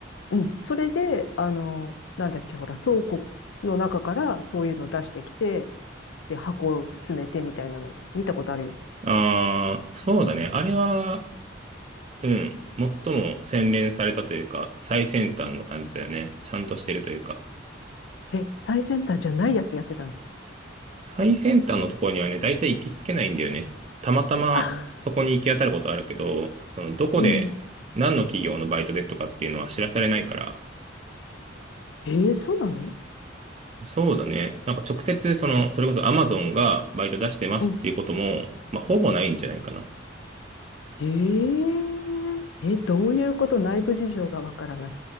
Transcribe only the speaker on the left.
うん。それで、あの、なんだっけ、ほら、倉庫の中からそういうの出してきて、で、箱を詰めてみたいなの、見たことあるよ。
え、最先端じゃないやつやってたの。
<laughs>
うん。えー、そうなの
うん。
えー、え、どういうこと内部事情がわからない。